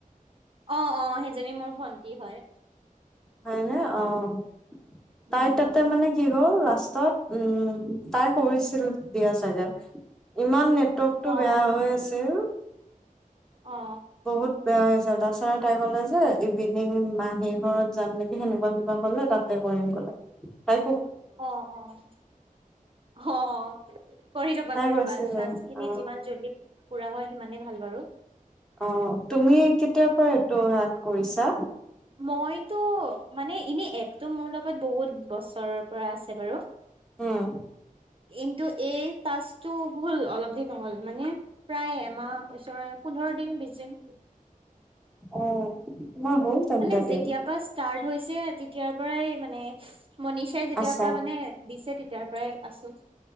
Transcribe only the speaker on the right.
অ', অ ', সেইজনী মোৰ ভন্টি হয়।
উম
অ
অ
অ', অ', অ', অ',। কৰি ল'বা
কৰি
ল'বা টাছ খিনি
যিমান জলদি পুৰা হয় সিমানেই ভাল বাৰু।
মইতো মানে এনে এপটো মোৰ লগত বহুত বছৰৰ পৰা আছে বাৰু
কিন্তু এই টাছটো হ'ল অলপ দিন হ'ল মানে প্ৰায় এমাহ ওচৰে পোন্ধৰ দিন, বিশ দিন।
মানে যেতিয়াৰ
পৰা ষ্টাৰ্ট হৈছে তেতিয়াৰ পৰাই মানে মনীষাই যেতিয়াৰ
পৰা মানে দিছে তেতি ইয়াৰ পৰাই আছোঁ।